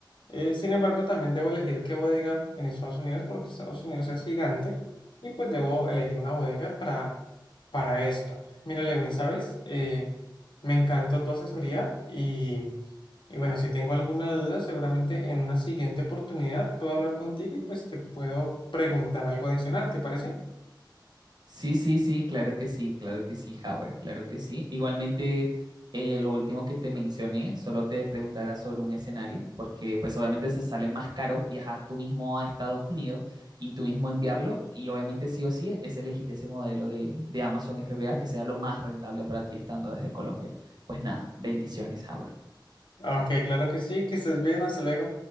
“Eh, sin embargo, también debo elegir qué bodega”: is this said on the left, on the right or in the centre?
Left